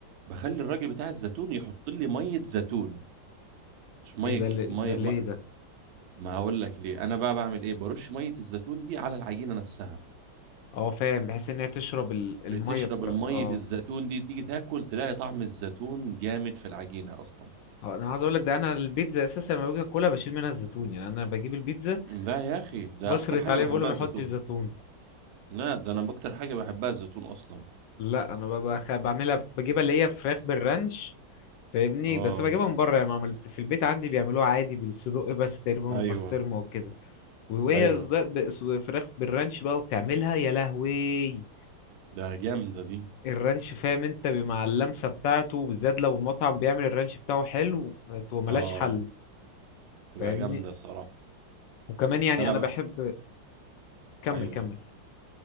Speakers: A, on the right (about 85°); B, on the left (about 75°).
A: بخلي الراجل بتاع الزيتون يحط لي ميه زيتون مش ميه
B: ايه ده
A: كت-
B: اللي-
A: ميه
B: ده
A: ما
B: ليه ده
A: ما هقول لك ليه انا بقى بعمل ايه برش ميه الزيتون دي على العجينه نفسها
B: اه فاهم بحيث ان هي تشرب ال- الميه
A: بتشرب
B: بتاع
A: المية
B: اه
A: الزيتون دي تيجي تاكل تلاقي طعم الزيتون جامد في العجينة أصلا
B: آه، انا عايز اقول لك ده انا البيتزا اساسا لما باجي اكلها بشيل منها الزيتون يعني انا بجيب البيتزا
A: لا يا أخي ده
B: بشرط
A: أكتر حاجة
B: عليه
A: بحبها
B: بقول له ما
A: الزيتون
B: يحطش زيتون
A: لا ده أنا أكتر حاجة بحبها الزيتون أصلا
B: لا انا ب- بخ- بعملها بجيبها اللي هي فراخ بالرانش فاهمني
A: آه
B: بس بجيبها من بره يعني ما عملت في البيت عندي بيعملوها عادي بالصدق بس تقريبا
A: أيوه
B: والبسطرمه وكده وهي
A: أيوه
B: الز- ب- س- فراخ بالرانش بقى وبتعملها يا لهوي
A: ده جامدة دي
B: الرانش فاهم انت مع اللمسه بتاعته بالذات لو المطعم بيعمل الرانش بتاعه حلو ما- تبقى ملهاش
A: آه
B: حل
A: تبقى
B: فاهمني
A: جامدة صراحة
B: وكمان يعني
A: أنا
B: انا
A: بقى
B: بحب كمل
A: أيوه
B: كمل